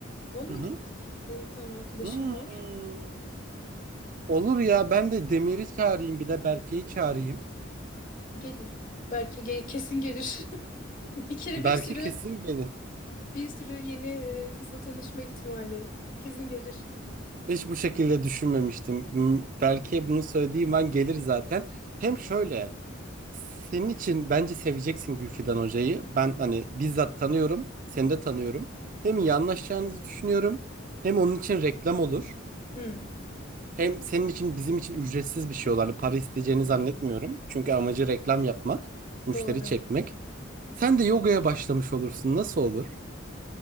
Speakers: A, on the left; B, on the right.
A: onunla
B: Hı hı.
A: gittik. Benim bir tane arkadaşım
B: Hmm.
A: var.
B: Olur ya ben de Demir'i çağırayım bir de Berke'yi çağırayım.
A: Gelir. Belki ge- kesin gelir. <laughs> Bir kere
B: Berke
A: bir sürü
B: kesin gelir.
A: bir sürü yeni e, kızla tanışma ihtimali kesin gelir.
B: Hiç bu şekilde düşünmemiştim. Hmm, Berke'ye bunu söylediğim an gelir zaten. Hem şöyle Senin için bence seveceksin Gülfidan Hoca'yı. Ben hani bizzat tanıyorum, seni de tanıyorum. Hem iyi anlaşacağınızı düşünüyorum, hem onun için reklam olur.
A: Hı,
B: Hem senin için bizim için ücretsiz bir şey olur. Hani para isteyeceğini zannetmiyorum. Çünkü amacı reklam yapmak, müşteri
A: doğru.
B: çekmek. Sen de yogaya başlamış olursun. Nasıl olur?